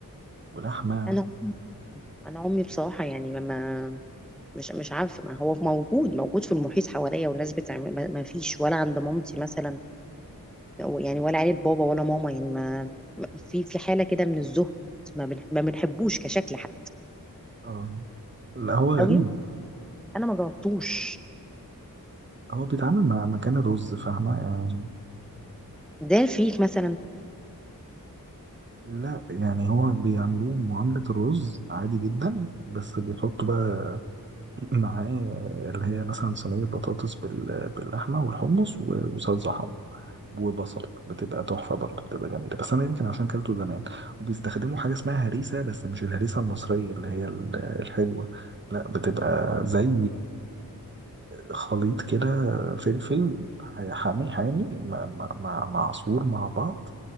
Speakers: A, on the right; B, in the centre.
A: ولحمه
B: انا انا امي بصراحه يعني ما مش مش عارفة ما هو موجود موجود في المحيط حواليا والناس بتعمل ما ما فيش ولا عند مامتي مثلا يعني ولا عيلة بابا ولا ماما يعني ما ما- في في حالة كده من الزهد ما بنح- ما بنحبوش كشكل حتى
A: اه لا هو غريب
B: او يمكن انا ما جربتوش
A: هو بيتعامل مع مكان الرز فاهمة يعني
B: ده فيك مثلا
A: لا يعني هو بيعملوه معاملة الرز عادي جدا بس بيحطوا بقى <clears throat> معاه اللي هي مثلا صينية بطاطس بال- باللحمة والحمص و- وصلصة حمرا وبصل بتبقى تحفة برضه بتبقى جميلة بس أنا يمكن عشان كلته زمان وبيستخدموا حاجة اسمها هريسة بس مش الهريسة المصرية اللي هي ال- الحلوة لا بتبقى زي خليط كده فلفل حامي حامي مع مع مع مع عصفور مع بعض